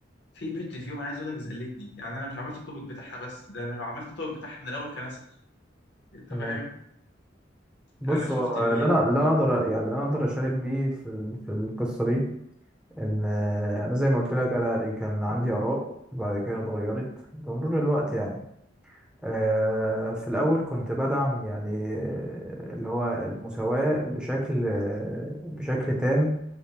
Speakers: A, on the left; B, in the centre.
A: في بنت فيهم عايز اقول لك زلتني يعني انا مش عملت التوبك بتاعها بس ده انا لو عملت التوبك بتاعها من الاول كان اسهل انت
B: تمام
A: فاهم
B: بص
A: انا شفت
B: هو
A: الويل
B: اللي انا اللي انا اقدر يعني اللي انا اقدر اشارك بيه في ال- في القصه دي ان آه، انا زي ما قلت لك انا يعني كان عندي اراء وبعد كده اتغيرت بمرور الوقت يعني آه، في الاول كنت بدعم يعني آه، اللي هو المساواه بشكل آه، بشكل تام